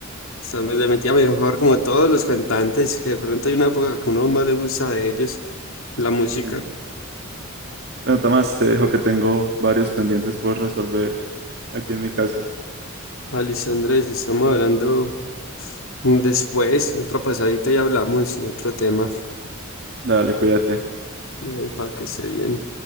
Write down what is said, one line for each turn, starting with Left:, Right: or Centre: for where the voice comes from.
Left: sea, me le metía mejor como a todos los cantantes, que de pronto hay una época que uno más le gusta de ellos, la música.
Right: Sí. Bueno, Tomás, te dejo que tengo varios pendientes por resolver aquí en mi casa.
Left: Alice Andrés, estamos hablando después, otra pasadita y hablamos de otro tema,
Right: Dale, cuídate.
Left: eh, para que se bien.